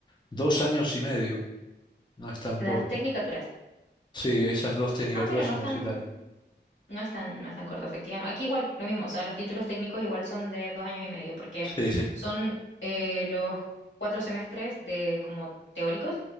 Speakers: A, on the left; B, on the left.
A: dos años y medio. No es tan
B: Las
A: corto.
B: tecnicaturas.
A: Sí, esas dos tecnicaturas
B: Ah, mira, no
A: universitarias.
B: es tan, no es tan, no es tan corto, efectivamente. Aquí igual, lo mismo, o sea, los títulos técnicos igual son de dos años y medio, porque
A: Sí, sí,
B: son eh, los cuatro semestres de como teóricos,